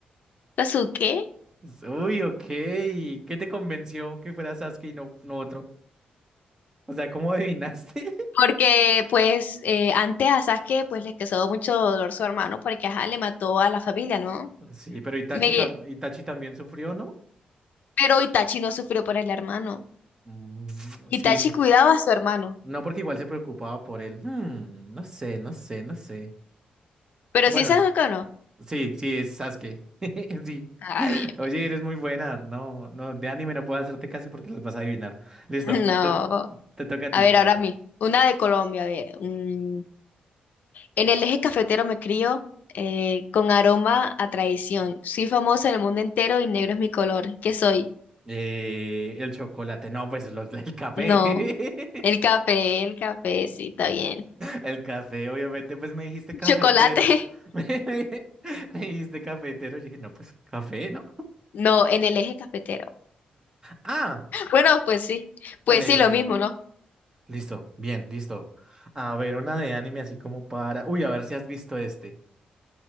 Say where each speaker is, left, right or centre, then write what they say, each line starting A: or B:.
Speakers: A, on the left (about 65°); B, on the right (about 20°).
A: ¿Sasuke?
B: Uy, ok. ¿Qué te convenció que fuera Sasuke y no, no otro? O sea, ¿cómo adivinaste? <laughs>
A: Porque, pues, eh, antes a Sasuke, pues, le causó mucho dolor su hermano porque, ajá, le mató a la familia, ¿no?
B: Sí, pero Itachi,
A: Me,
B: tam- Itachi también sufrió, ¿no?
A: Pero Itachi no sufrió por el hermano.
B: Mm,
A: Itachi
B: sí, s-
A: cuidaba a su hermano.
B: no porque igual se preocupaba por él. Hmm, no sé, no sé, no sé.
A: Pero
B: Bueno,
A: sí se que no.
B: sí, sí, es Sasuke. <laughs> Sí.
A: Ah,
B: <laughs>
A: bien,
B: Oye, eres muy buena. No, no, de anime no puedo hacerte casi porque las vas a adivinar. Listo,
A: bien. <laughs> No.
B: te, te toca a
A: A
B: ti,
A: ver,
B: a
A: ahora
B: ver.
A: a mí. Una de Colombia, a ver. mm, En el eje cafetero me crío eh, con aroma a traición. Soy famosa en el mundo entero y negro es mi color. ¿Qué soy?
B: Eh, el chocolate, no, pues los, el café.
A: No.
B: <laughs>
A: El café, el café, sí, está bien.
B: El café, obviamente, pues me dijiste cafetero.
A: Chocolate. <laughs>
B: <laughs> Me, dijiste cafetero. Yo dije, no, pues café, ¿no?
A: No, en el eje cafetero.
B: Ah,
A: Bueno, pues sí. Pues
B: ok,
A: sí,
B: ok.
A: lo mismo, ¿no?
B: Listo, bien, listo. A ver, una de anime así como para. Uy, a ver si has visto este.